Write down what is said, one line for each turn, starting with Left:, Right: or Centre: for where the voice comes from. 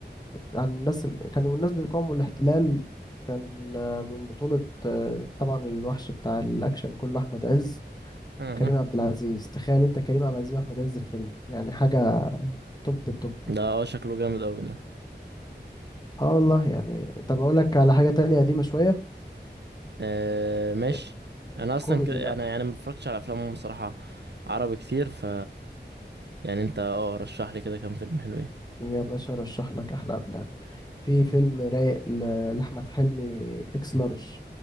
Left: عن الناس ال... كانوا الناس بيقاوموا الاحتلال كان آه، من بطوله آه، طبعا الوحش بتاع الاكشن كله احمد عز
Right: آه.
Left: وكريم عبد العزيز تخيل انت كريم عبد العزيز واحمد عز في فيلم يعني حاجه توب التوب
Right: ده اه شكله جامد قوي ده
Left: اه والله يعني طب اقول لك على حاجه تانية قديمه شويه
Right: آه ماشي
Left: آه،
Right: انا اصلا
Left: كوميدي
Right: ك... انا
Left: بقى
Right: يعني ما بفرجش على افلام بصراحه عربي كتير ف يعني انت اه رشح لي كده كام فيلم حلوين
Left: يا باشا ارشح لك احلى افلام في فيلم رايق ل- لأحمد حلمي اكس لارج